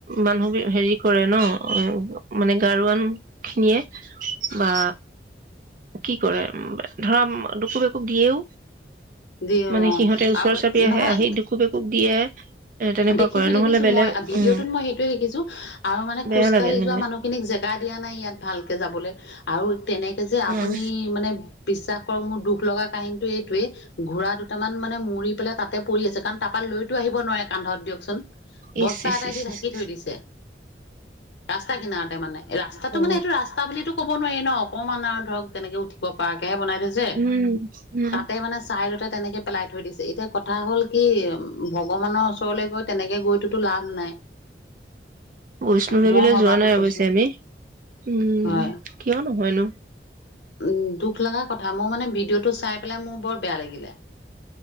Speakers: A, on the right; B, on the left.
A: মানুহ হেৰি কৰে ন মানে গাৰোৱান খিনিয়ে বা কি কৰে ধৰা ডুকুব একুব দিয়ও
B: যি অ
A: মানে সিহঁতে ওচৰ
B: আৰু
A: চাপি আহে
B: নহয়
A: আহি দুকোব একোব দিয়ে এ তেনেকুৱা
B: দেখিছো
A: কৰে নহলে
B: দেখিছো
A: বেলেগ
B: মই ভিডিঅ'টোত
A: উম
B: মই সেইটোৱে দেখিছো আৰু মানে
A: বেয়া
B: খোজকাঢ়ি
A: লাগে মানে
B: যোৱা মানুহখিনিক জেগা দিয়া নাই ইয়াত ভালকে যাবলৈ আৰু তেনেকে যে আপুনি
A: উম
B: মানে বিশ্বাস মোৰ দুখ লগা কাহিনীটো এইটোয়ে ঘোঁৰা দুটামান মানে মৰি পেলাই তাতে পৰি আছে কাৰণ তাপা লৈতো আহিব নোৱাৰে কান্ধত দিয়কচোন বস্তা
A: ইচ ইচ
B: এটাই
A: ইচ
B: দি
A: ইচ
B: ঢাকি
A: ইচ।
B: থৈ দিছে ৰাস্তা কিনাওত মানে ৰাস্তাটো
A: অ
B: মানে সেইটো ৰাস্তা বুলিটো ক'ব নোৱাৰি ন অকমমান আৰু ধৰক তেনেকৈ উঠিব পৰাকে এ বনাই দিযে
A: উম উম
B: তাতে মানে চাইদতে তেনে পেলাঠৈদিছ এতিয়া কথা হ'ল কি উম ভ ভগৱানৰ ওচৰলৈ গৈ তেনেকে গৈতোটো লাভ নাই।
A: বৈষ্ণো দেৱীলৈ
B: মই ভবাতো
A: যোৱা নাই
B: কৈছো
A: অৱশ্যে আমি। উম,
B: হয়
A: কিয় নহয়নো!
B: উম দুখ লগা কথা। মোৰ মানে ভিডিঅ'টো চাই পেলাই মোৰ বৰ বেয়া লাগিলে।